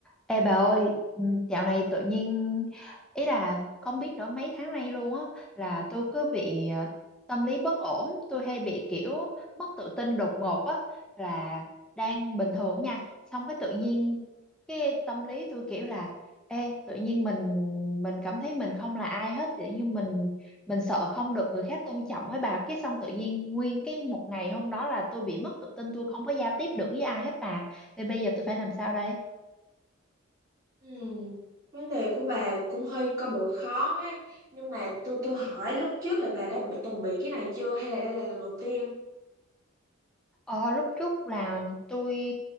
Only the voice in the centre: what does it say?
Ê bà ơi, ừ, dạo này tự nhiên ý là không biết nữa mấy tháng nay luôn á là tôi cứ bị ờ, tâm lý bất ổn, tôi hay bị kiểu mất tự tin đột ngột á là đang bình thường nha, xong cái tự nhiên cái tâm lý tôi kiểu là ê tự nhiên mình mình cảm thấy mình không là ai hết, tự nhiên mình mình sợ không được người khác tôn trọng ấy bà, cái xong tự nhiên nguyên cái một ngày hôm đó là tôi bị mất tự tin, tôi không có giao tiếp được với ai hết bà. Thì bây giờ tôi phải làm sao đây?
Ờ, lúc trước là tôi